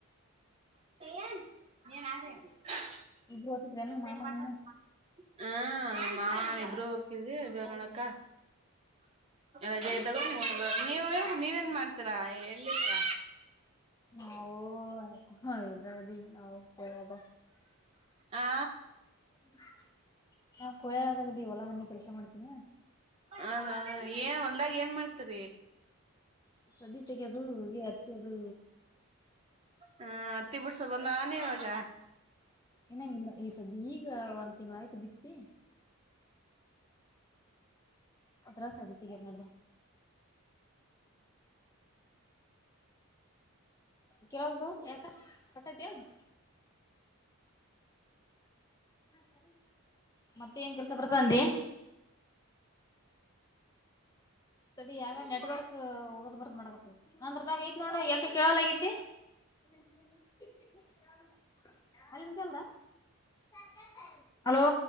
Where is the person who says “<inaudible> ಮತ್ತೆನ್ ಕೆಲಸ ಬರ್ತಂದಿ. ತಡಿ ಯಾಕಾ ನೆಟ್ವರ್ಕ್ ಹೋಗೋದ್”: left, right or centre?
Left